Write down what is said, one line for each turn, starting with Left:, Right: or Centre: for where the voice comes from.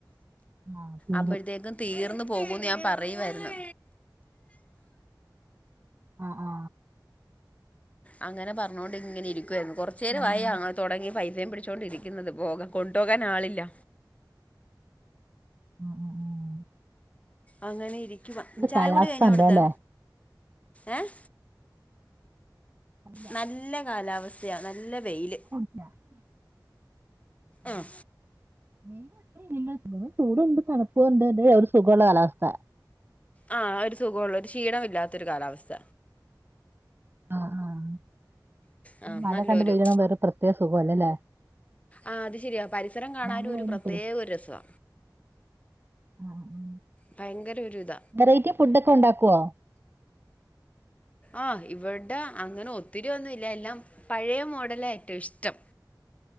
Right: ആഹ് തീരും
Left: അപ്പോഴത്തേക്കും തീർന്നു പോകുന്ന് ഞാൻ പറയുവായിര്ന്ന്.
Right: ആഹ് ആഹ്
Left: അങ്ങനെ പറഞ്ഞോണ്ട് ഇങ്ങണെ ഇരിക്കുവയിരുന്നു, കൊറച്ച നേരവായി
Right: പിന്നെ
Left: തുടങ്ങി വൈദ്യയം പിടിച്ചുകൊണ്ടിരിക്കുന്നത് പോക കൊണ്ടുപോകാൻ ആളില്ല.
Right: ഉം ഉം ഉം ഉ
Left: അങ്ങനെ ഇരിക്കുവാ ചായ
Right: കാലാവസ്ഥ
Left: കുടി കഴിഞ്ഞ
Right: ഉണ്ടല്ലേ
Left: അവിടത്തെ? ഏഹ്
Right: അല്ല
Left: നല്ല കാലാവസ്ഥ. യ നല്ല വെയില്.
Right: <unintelligible> <unintelligible>
Left: ഉം
Right: ഇപ്പൊ <unintelligible> ഒരു സുഖവുള്ള കാലവസ്ഥ
Left: ആ ഒരു സുഖവുള്ള ഒരു ക്ഷീണമില്ലാത്ത ഒരു കാലാവസ്ഥ
Right: ആഹ് ആഹ്
Left: ആ
Right: മഴ
Left: നല്ലൊരു
Right: കണ്ട്പെയ്യണം വേറ പ്രത്യേക സുഖല്ലല്ലേ
Left: ആ അത് ശരിയാ പരിസരം കാണാനും
Right: മഴ കഴിഞ്ഞിട്ടേ
Left: ഒരു പ്രത്യേക ഒരു രസവ
Right: ആ ഉ
Left: ഭയങ്കര ഒര്രിത
Right: വെറൈറ്റി ഫുഡ് ഒക്കെ ഉണ്ടാക്കുവോ
Left: ആഹ് ഇവടെ അങ്ങനെ ഒത്തിരി ഒന്നുംല്ല. എല്ലാം പഴയ മോഡല ഏറ്റവും ഇഷ്ടം